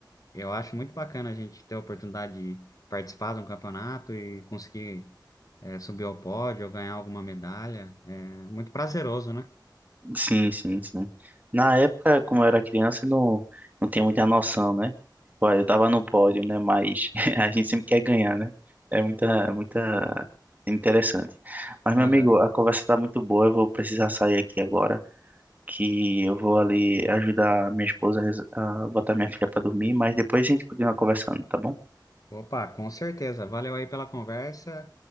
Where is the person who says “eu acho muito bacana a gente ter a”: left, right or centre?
Left